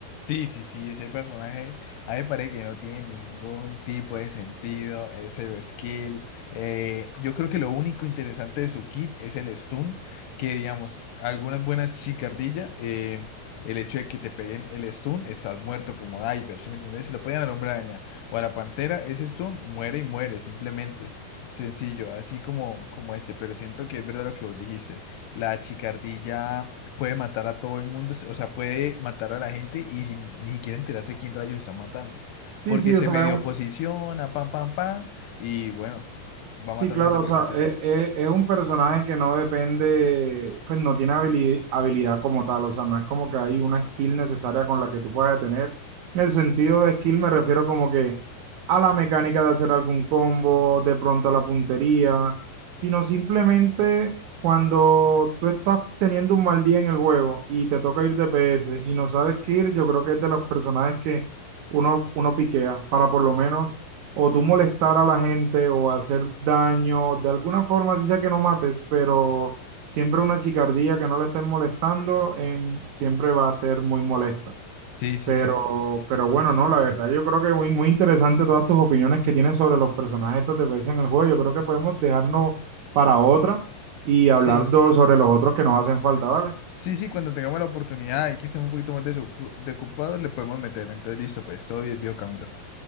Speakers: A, on the left; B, on the right.
A: Sí, sí, sí, ese personaje, a mí me parece que no tiene ningún tipo de sentido, es cero skill. eh, yo creo que lo único interesante de su kit es el stun, que digamos, algunas buenas chicardillas, eh, el hecho de que te peguen el stun, estás muerto como diver, ¿sí me entendés? Si lo pegan al hombre araña o a la pantera, ese stun muere y muere, simplemente. Sencillo, así como, como este, pero siento que es verdad lo que vos dijiste. La chicardilla puede matar a todo el mundo, o sea, puede matar a la gente y sin ni siquiera enterarse quién rayos está matando.
B: Sí,
A: Porque
B: sí,
A: se
B: o sea,
A: medio
B: es un,
A: posiciona, pam, pam, pam, y bueno, va
B: sí,
A: matando
B: claro,
A: gente
B: o
A: porque
B: sea,
A: sí.
B: es, es- es un personaje que no depende, pues no tiene habili- habilidad, como tal, o sea, no es como que hay una skill necesaria con la que tú puedas tener. En el sentido de skill me refiero como que a la mecánica de hacer algún combo, de pronto a la puntería, sino simplemente cuando tú estás teniendo un mal día en el juego y te toca ir DPS y no sabes qué ir, yo creo que es de los personajes que uno, uno piquea para por lo menos o tú molestar a la gente o hacer daño, de alguna forma, así sea que no mates, pero siempre una chicardía que no le estén molestando en, siempre va a ser muy molesta.
A: Sí, sí,
B: Pero,
A: sí.
B: pero bueno, no, la verdad, yo creo que muy, muy interesante todas tus opiniones que tienes sobre los personajes estos de veces en el juego. Yo creo que podemos dejarnos para otra y hablar
A: Sí,
B: do- sobre los otros que nos hacen falta, ¿vale?
A: sí, sí, cuando tengamos la oportunidad y que estemos un poquito más desocu- desocupados, le podemos meter. Entonces, listo, pues, todo bien, vio Camilo.